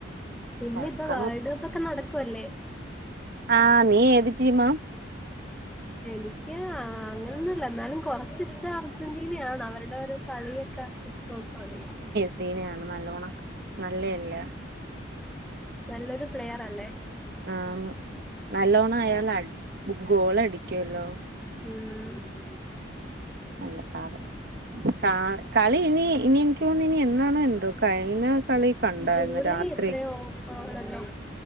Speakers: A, in the centre; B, on the right.
A: പിന്നിപ്പ
B: നോക്കണം
A: വേൾഡ് കപ്പൊക്കെ നടക്കുവല്ലേ.
B: ആഹ് നീ ഏത് ടീമാ
A: എനിക്ക് അങ്ങനെയൊന്നുല്ലന്നാലും കൊറച്ച് ഇഷ്ടായിരുന്നു. അർജന്റീനയാണ് അവരുടെ ഒരു കളിയൊക്കെ വെച്ച് നോക്കാണെങ്കിൽ.
B: ന്റീനയാണ് നല്ലോണം നല്ലെല്ല
A: നല്ലൊരു പ്ലെയറല്ലേ
B: ആന്ന് നല്ലോണം ആയാല ഗോളടിക്കുവല്ലോ
A: ഉം
B: നല്ല പാകം കാ കളി ഇനി ഇനി എൻക്ക് തോന്ന ഇനി എന്നാണ് എന്തോ കഴിഞ്ഞ കളി കണ്ടായിരുന്നു
A: ജൂലൈ
B: രാത്രി
A: എത്രയോ ആണ <inaudible>